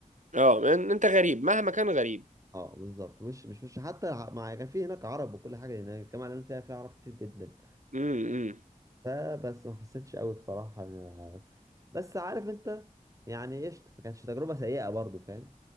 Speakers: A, on the right; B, on the right.
A: اه إن- انت غريب مهما كان غريب
B: اه بالظبط وش مش وش حتى ع- مع كان في هناك عرب وكل حاجه هناك الجامعه اللي انا فيها فيها عرب كتير جدا
A: امم إمم.
B: فبس ما حسيتش قوي بصراحه أنا- بس عارف انت يعني قشطه ما كانتش تجربه سيئه برضو فاهم